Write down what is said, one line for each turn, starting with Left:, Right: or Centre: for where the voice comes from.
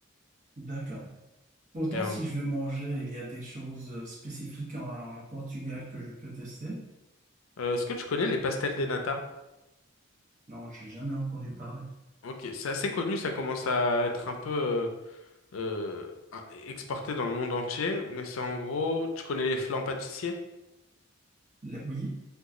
Right: D'accord. Pourtant,
Left: Et en-
Right: si je veux manger, il y a des choses spécifiques en en Portugal que je peux tester.
Left: euh, est-ce que tu connais les pastels des nata
Right: Non, j'ai jamais entendu parler.
Left: Ok, c'est assez connu, ça commence à être un peu euh, euh, un- exporté dans le monde entier, mais c'est en gros, tu connais les flans pâtissiers?
Right: Le- oui?